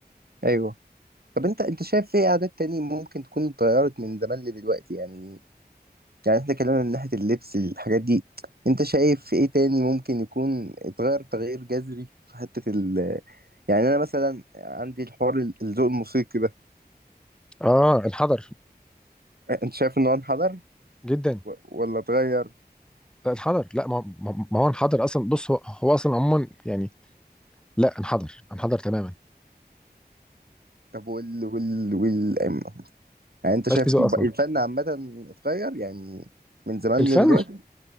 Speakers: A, on the right; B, in the centre.
A: ايوه طب انت انت شايف ايه عادات تانية ممكن تكون اتغيرت من زمان لدلوقتي يعني يعني احنا اتكلمنا من ناحية اللبس الحاجات دي انت شايف في ايه تاني ممكن يكون اتغير تغيير جذري في حتة ال يعني انا مثلا عندي الحوار ال- الذوق الموسيقي ده
B: اه انحدر
A: انت شايف انه انحدر
B: جدا
A: و- ولا اتغير
B: لا انحدر لا ما ما ما هو انحدر اصلا بص هو, هو اصلا عموما يعني لا انحدر انحدر تماما
A: طب وال وال وال يعني انت
B: مش
A: شايف
B: في ذوق اصلا
A: الفن عامة اتغير يعني من زمان
B: الفن
A: لدلوقتي